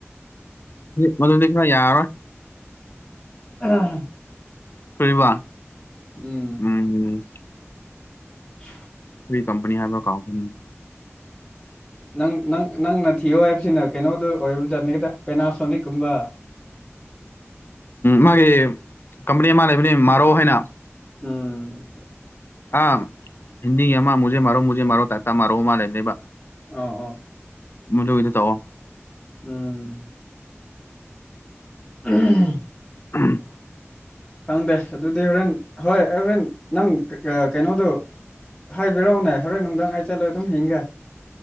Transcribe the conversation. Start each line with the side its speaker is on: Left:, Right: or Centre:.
Left: ꯃꯗꯨꯗꯤ ꯈꯔ ꯌꯥꯔꯔꯣꯢ
Centre: ꯑꯥ
Left: ꯀꯔꯤꯕ
Centre: ꯎꯝ
Left: ꯎꯝ
Centre: <unintelligible>
Left: ꯀꯩ ꯀꯥꯝꯕꯅꯤ ꯍꯥꯏꯕ ꯀꯥꯎꯈ꯭ꯔꯦꯅꯦ
Centre: ꯅꯪ ꯅꯪ ꯅꯪꯅ ꯊꯤꯌꯣ ꯍꯥꯏꯕꯁꯤꯅ ꯀꯩꯅꯣꯗꯨ ꯑꯣꯏꯕꯖꯠꯅꯤꯗ ꯄꯦꯅꯥꯁꯣꯅꯤꯛꯀꯨꯝꯕ
Left: ꯃꯥꯒꯤ ꯀꯝꯄꯅꯤ ꯑꯃ ꯂꯩꯕꯅꯤ ꯃꯥꯔꯣ ꯍꯥꯏꯅ
Centre: ꯎꯝ
Left: ꯑꯥ ꯍꯤꯟꯗꯤ ꯑꯃ ꯃꯨꯖꯦ ꯃꯥꯔꯦ ꯃꯨꯔꯣ ꯇꯥꯥꯢꯞꯇ ꯑꯃ ꯂꯩꯕꯅꯦ
Centre: ꯑꯥꯎ ꯑꯥꯎ
Left: ꯃꯗꯨ ꯑꯣꯢꯅ ꯇꯧꯑꯣ
Centre: ꯎꯝ ꯎꯝ <inaudible>
Left: ꯎꯝ
Centre: ꯈꯪꯗꯦ ꯑꯗꯨꯗꯤ ꯍꯣꯔꯦꯟ ꯍꯣꯏ ꯑꯩ ꯍꯣꯔꯦꯟ ꯅꯪ ꯀꯩꯅꯣꯗꯨꯣ ꯍꯥꯏꯕꯤꯔꯛꯎꯅꯦ ꯍꯣꯔꯦꯟ ꯅꯨꯡꯗꯥꯥꯡ ꯑꯩ ꯆꯠꯂ ꯑꯗꯨꯝ ꯍꯤꯡꯒꯦ